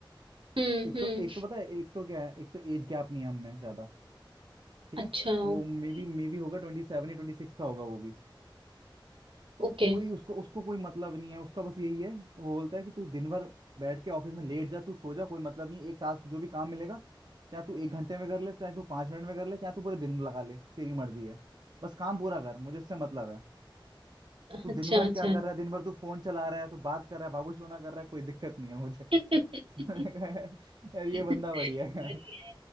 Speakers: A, on the right; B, on the right.
A: हम्म
B: एक
A: हम्म,
B: तो एक तो पता है एक तो क्या है एक तो एज गैप नहीं है हम में ज्यादा ठीक
A: अच्छा
B: है वो
A: ओके
B: मे बी मे बी होगा ट्वेंटी सेवन या ट्वेंटी सिक्स का होगा वो भी तो
A: ओके
B: कोई उसको उसको कोई मतलब नहीं है उसका बस यही है वो बोलता है कि तू दिन भर बैठ के ऑफिस में लेट जा तू सो जा कोई मतलब नहीं है। एक टास्क जो भी काम मिलेगा चाहे तू एक घंटे में कर ले चाहे तू पांच मिनट में कर ले चाहे तू पूरे दिन लगा ले तेरी मर्जी है बस काम पूरा कर मुझे उससे मतलब है
A: अच्छा
B: तू दिन भर
A: अच्छा
B: क्या कर रहा है दिन भर तू फोन चला रहा है तू बात कर रहा है बाबूशोना कर रहा है कोई दिक्कत नहीं है मुझे
A: <laughs>
B: <laughs> मैंने कहा, यार ये
A: बढ़िया
B: बंदा बढ़िया है यार